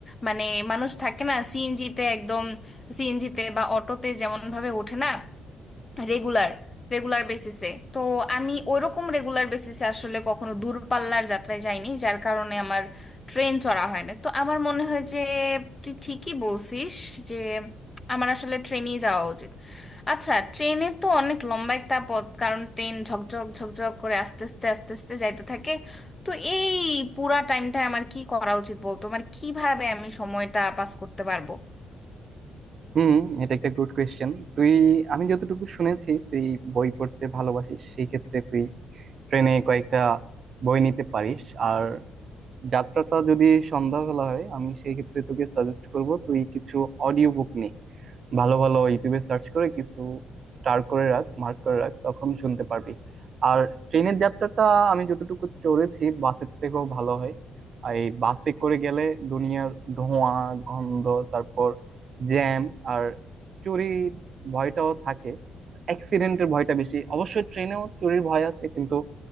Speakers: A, on the left (about 20°); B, on the right (about 50°).
A: মানে মানুষ থাকে না সিএনজিতে একদম সিএনজিতে বা অটোতে যেমন ভাবে ওঠে না রেগুলার রেগুলার বেসিসে তো আমি ওইরকম রেগুলার বেসিসে আসলে কখনো দূরপাল্লার যাত্রায় যাইনি যার কারণে আমার ট্রেন চড়া হয় না তো আমার মনে হয় যে তুই ঠিকই বলছিস যে আমার আসলে ট্রেনেই যাওয়া উচিত আচ্ছা ট্রেনে তো অনেক লম্বা একটা পথ কারণ ট্রেন ঝকঝক ঝকঝক করে আস্তে আস্তে আস্তে আস্তে যাইতে থাকে তো এই পুরা টাইমটা আমার কি করা উচিত বলতো মানে কিভাবে আমি সময়টা পাস করতে পারবো
B: হুম এটা একটা গুড কোয়েশ্চেন তুই আমি যতটুকু শুনেছি তুই বই পড়তে ভালোবাসিস সেই ক্ষেত্রে তুই ট্রেনে কয়েকটা বই নিতে পারিস আর যাত্রাটা যদি সন্ধ্যাবেলা হয় আমি সেই ক্ষেত্রে তোকে সাজেস্ট করব তুই কিছু অডিও বুক নে ভালো ভালো ইউটিউবে সার্চ করে কিছু স্টার করে রাখ মার্ক করে রাখ তখন শুনতে পারবি আর ট্রেনের যাত্রাটা আমি যতটুকু চড়েছি বাসের থেকেও ভালো হয় আর এই বাসে করে গেলে দুনিয়ার ধোঁয়া গন্ধ তারপর জ্যাম আর চুরির ভয়টাও থাকে অ্যাক্সিডেন্টের ভয়টা বেশি অবশ্যই ট্রেনেও চুরির ভয় আছে কিন্তু